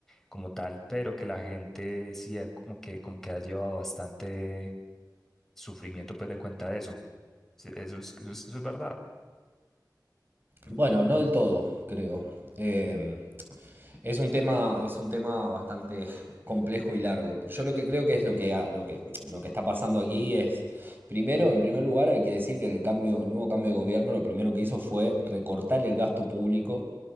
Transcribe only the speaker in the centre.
como tal, pero que la gente sí ha como que, como que ha llevado bastante sufrimiento pues de cuenta de eso. Sí, Eso es, eso es, eso es verdad.